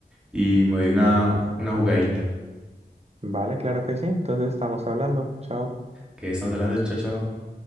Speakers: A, in the centre; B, on the right.
A: y me doy una, una jugadita.
B: Vale, claro que sí. Entonces estamos hablando. Chao.
A: ¿Qué estamos hablando, chao, chao?